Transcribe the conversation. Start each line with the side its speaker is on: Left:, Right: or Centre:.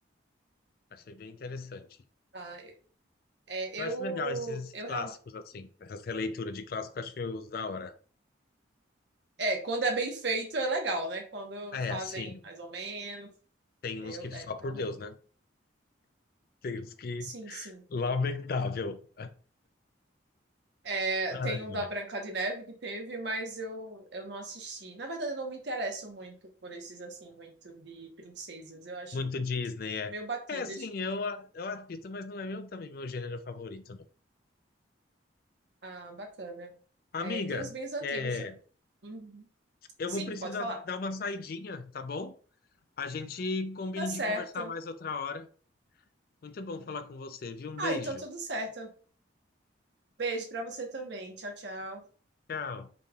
Left: Achei bem interessante.
Right: Ah, é, eu,
Left: Eu acho legal esses, esses
Right: eu
Left: clássicos,
Right: realmente.
Left: assim. Essas releituras de clássico, eu acho que eu uso da hora.
Right: É, quando é bem feito é legal, né? Quando
Left: É,
Right: fazem
Left: sim.
Right: mais ou menos.
Left: Tem
Right: Eu,
Left: uns que só
Right: é,
Left: por
Right: realmente.
Left: Deus, né? Tem uns que.
Right: Sim, sim.
Left: Lamentável. <laughs>
Right: É,
Left: Ai,
Right: tem o da Branca de Neve que teve, mas eu, eu não assisti. Na verdade, eu não me interesso muito por esses, assim, muito de princesas. Eu acho
Left: Muito Disney, é.
Right: meio batidas.
Left: É, sim, eu, a- eu assisto, mas não é meu também meu gênero favorito, não.
Right: Ah, bacana.
Left: Amiga,
Right: É, tem uns bens antigos
Left: é,
Right: também. Uhum.
Left: eu
Right: Sim,
Left: vou precisar
Right: pode falar.
Left: dar uma saidinha, tá bom? A gente combina
Right: Tá certo.
Left: de conversar mais outra hora. Muito bom falar com você, viu? Um
Right: Ah,
Left: beijo.
Right: então tudo certo. Beijo pra você também. Tchau, tchau.
Left: Tchau.